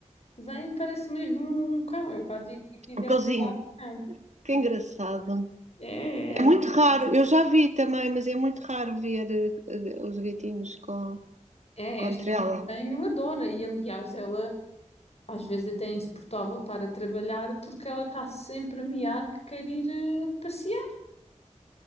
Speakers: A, on the left; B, on the right.
A: vem, parece mesmo um um cão. Eu cá digo que aquilo
B: O
A: é
B: cãozinho.
A: um cão.
B: Que engraçado.
A: É,
B: É muito
A: ela-
B: raro. Eu já vi também, mas é muito raro ver eh, eh, os gatinhos com,
A: é
B: com
A: esta
B: trela
A: que eu tenho, adora. E aliás, ela. Às vezes até é insuportável voltar a trabalhar porque ela está sempre a miar que quer ir eh, passear.